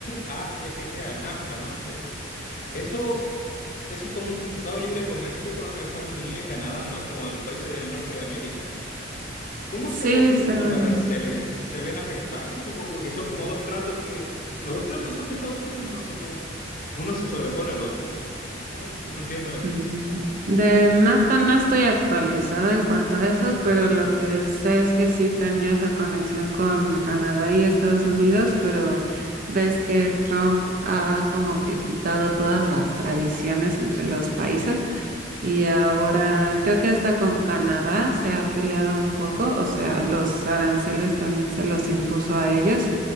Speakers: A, on the left (about 45°); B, on the right (about 45°).
A: NAFTA, el NAFTA, ¿no? Que eso, eso es como un tratado libre de comercio con Estados Unidos y Canadá, ¿no? Como de los países del norte de América. ¿Cómo
B: Sí,
A: se ve eso
B: según
A: como con los aranceles?
B: yo.
A: ¿Se ven afectados? Así como- Porque son como dos tratos que, los dos tratos son de Estados Unidos, entonces como uno se sobrepone al otro. ¿Cómo que no entiendo eso?
B: Mm, Del NAFTA no estoy actualizada en cuanto a eso, pero lo que sé es que sí tenía esa conexión con Canadá y Estados Unidos, pero ves que Trump ha como que quitado todas las tradiciones entre los países. Y ahora creo que hasta con Canadá se ha peleado un poco, o sea, los aranceles también se los impuso a ellos